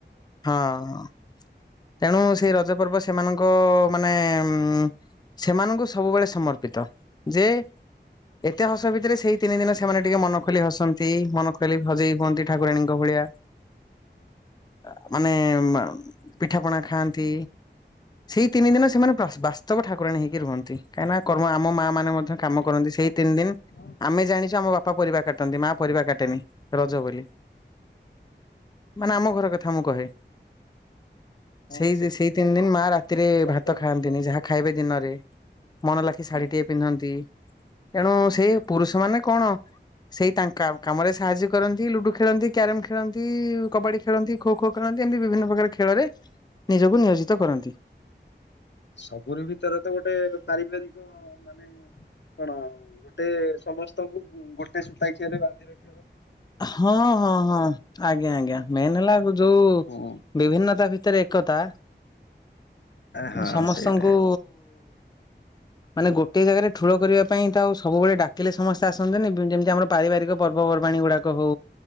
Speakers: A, on the left; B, on the left.
A: ହଁ ତେଣୁ ସେଇ ରଜ ପର୍ବ ସେମାନଙ୍କ ମାନେ ଉଁ ସେମାନଙ୍କୁ ସବୁବେଳେ ସମର୍ପିତ ଯେ ଏତେ ହସ ଭିତରେ ସେଇ ତିନି ଦିନ ସେମାନେ ଟିକେ ମନ ଖୋଲି ହସନ୍ତି ମନ ଖୋଲି ସଜେଇ ହୁଅନ୍ତି ଠାକୁରାଣୀଙ୍କ ଭଳିଆ ଆ-ମାନେ-ମା- ପିଠା ପଣା ଖାଆନ୍ତି ସେଇ ତିନି ଦିନ ସେମାନେ ବାସ୍-ବାସ୍ତବ ଠାକୁରାଣୀ ହେଇକି ରୁହନ୍ତି କାହିଁକିନା କର୍ମ ଆମ ମା
B: ହବା
A: ମାନେ ମଧ୍ୟ କାମ
B: ବି ଦରକାର
A: କରନ୍ତି ସେଇ
B: ନା
A: ତିନି ଦିନ୍
B: ହଁ
A: ଆମେ ଜାଣିଚୁ ଆମ ବାପା ପରିବା କାଟନ୍ତି ମା ପରିବା କାଟେନି ରଜ ବୋଲି। ମାନେ ଆମ ଘର କଥା ମୁଁ କହେ।
B: ହଁ
A: ସେଇ
B: ସେ
A: ଦି-ସେଇ
B: କଣ
A: ତିନି
B: ପରିବା
A: ଦିନ୍ ମା ରାତିରେ
B: ଚପଲ
A: ଭାତ ଖାଆନ୍ତିନି
B: ଚପଲ
A: ଯାହା
B: ବି
A: ଖାଇବେ
B: ପିନ୍ଧନ୍ତିନି
A: ଦିନରେ। ମନ ଲାଖି ଶାଢୀ
B: ହଁ
A: ଟିଏ ପିନ୍ଧନ୍ତି ତେଣୁ ସେ
B: ଆଜ୍ଞା
A: ପୁରୁଷ ମାନେ କଣ ସେଇ ତାଙ୍କ କା- କାମରେ ସାହାଯ୍ୟ କରନ୍ତି ଲୁଡୁ ଖେଳନ୍ତି, କ୍ୟାରମ୍ ଖେଳନ୍ତି, କବାଡି ଖେଳନ୍ତି ଖୋ ଖୋ ଖେଳନ୍ତି ଏମିତି ବିଭିନ୍ନ ପ୍ରକାର ଖେଳରେ ନିଜକୁ ନିୟୋଜିତ କରନ୍ତି।
B: ସବୁୁର ଭିତରେ ତ ଗୋଟେ ପାରିବାରିକ ମାନେ କଣ ଗୋଟେ ସମସ୍ତଙ୍କୁ ଗୋଟେ ସୂତା ଖିଆରେ ବାନ୍ଧି ରଖି
A: ହଁ- ହଁ- ହଁ ଆଜ୍ଞା ଆଜ୍ଞା ମେନ୍ ହେଲା ଆଗ ଯଉ
B: ହୁଁ
A: ବିଭିନ୍ନତା ଭିତରେ ଏକତା
B: ହଁ
A: ସମସ୍ତଙ୍କୁ
B: ସେଇଟା <inaudible>
A: ମାନେ ଗୋଟିଏ ଜାଗାରେ ଠୁଳ କରିବା ପାଇଁ ତ ଆଉ ସବୁବେଳେ ଡାକିଲେ ସମସ୍ତେ ଆସନ୍ତିନି ବୁ- ଯେମିତି ଆମର ପାରିବାରିକ ପର୍ବପର୍ବାଣିୀ ଗୁଡ଼ାକ ହଉ